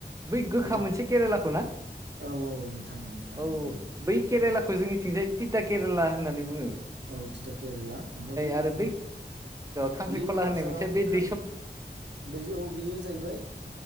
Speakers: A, on the right; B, on the right.
A: बै गोखा
B: बे
A: मोनसे केरेलाखौ ना?
B: औ औ नोंथां नोंथां
A: औ
B: बेनो
A: बै केरेलाखौ
B: औ
A: जोंनिथिंजाय तिथा केरेला होननानै बुङो।
B: औ तिथा केरेला ओमफ्राय बेबायदिनो
A: आरो बै खांख्रिखला
B: बेयो बाजाराव
A: होननाय मोनसेया बे
B: खांख्रिं
A: दैसब
B: दैयाव बेयो जाहैबाय